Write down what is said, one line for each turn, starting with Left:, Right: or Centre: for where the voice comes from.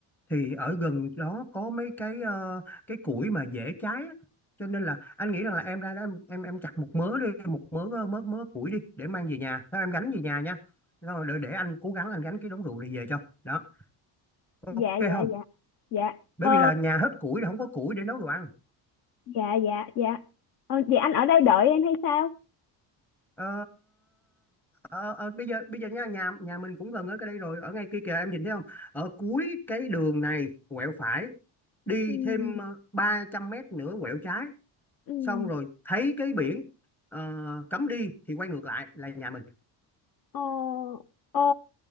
Centre: thì ở gần đó có mấy cái ờ, cái củi mà dễ cháy á. cho nên là anh nghĩ rằng là em ra đó em em, em chặt một mớ đi một mớ mớ mớ củi đi để mang về nhà sao em gánh về nhà nha rồi để, để anh cố gắng anh gánh cái đống rượu này về cho đó ok
Left: dạ dạ
Centre: không
Left: dạ dạ
Centre: bởi
Left: ờ,
Centre: vì là nhà hết củi rồi không có củi để nấu đồ ăn
Left: dạ dạ dạ ờ, vậy anh ở đây đợi em hay sao
Centre: Ờ, ờ, ờ, bây giờ bây giờ nha nhà nhà mình cũng gần ở cái đây rồi ở ngay kia kìa em nhìn thấy không ở cuối cái đường này quẹo phải đi
Left: ừ,
Centre: thêm ờ, 300 mét nữa quẹo trái
Left: ừ,
Centre: xong rồi thấy cái biển ờ, cấm đi thì quay ngược lại là nhà mình
Left: ờ, ờ,